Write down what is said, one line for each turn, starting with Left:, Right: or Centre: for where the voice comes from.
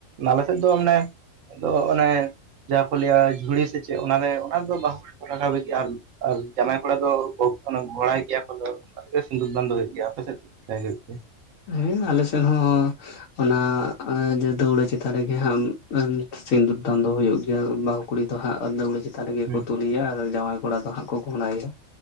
Right: ᱟᱞᱮ ᱥᱮᱫ ᱫᱚ ᱢᱟᱱᱮ, ᱟᱫᱚ ᱚᱱᱮ ᱡᱟᱦᱟᱸ ᱠᱚ ᱞᱟᱹᱭ-ᱟ ᱡᱷᱩᱲᱤ ᱥᱮ ᱪᱮᱫ ᱚᱱᱟ ᱨᱮᱫᱚ ᱚᱱᱟ ᱨᱮ ᱵᱟᱦᱩ ᱠᱩᱲᱤ <unintelligible> ᱟᱨ ᱡᱟᱢᱟᱭ ᱠᱚᱲᱟ ᱫᱚ ᱜᱷᱚᱲᱟᱭ ᱜᱮᱭᱟ ᱠᱚ ᱛᱚ᱾ ᱥᱤᱸᱫᱩᱨ ᱫᱟᱱ ᱫᱚ ᱦᱳᱭᱳᱜ ᱜᱮᱭᱟ᱾ ᱟᱯᱮ ᱥᱮᱫ ᱪᱮᱫ ᱠᱟ ᱦᱳᱭᱳᱜ ᱜᱮᱭᱟ᱾
Left: ᱦᱮᱸ ᱟᱞᱮ ᱥᱮᱱ ᱦᱚᱸ, ᱚᱱᱟ ᱫᱟᱹᱣᱲᱟᱹ ᱪᱮᱛᱟᱱ ᱨᱮᱜᱮ ᱦᱟᱸᱜ ᱥᱤᱸᱫᱩᱨ ᱫᱟᱱ ᱫᱚ ᱦᱳᱭᱳᱜ ᱜᱮᱭᱟ ᱾ ᱵᱟᱹᱦᱩ ᱠᱩᱲᱤ ᱫᱚ ᱦᱟᱸᱜ ᱫᱟᱹᱣᱲᱟᱹ ᱪᱮᱛᱟᱱ ᱨᱮᱜᱮ
Right: ᱦᱮᱸ
Left: ᱠᱚ ᱛᱩᱞᱤᱭᱟ ᱟᱨ ᱡᱟᱶᱟᱭ ᱜᱷᱚᱲᱟ ᱫᱚ ᱦᱟᱸᱜ ᱠᱚ ᱜᱷᱚᱲᱟᱭ-ᱟ᱾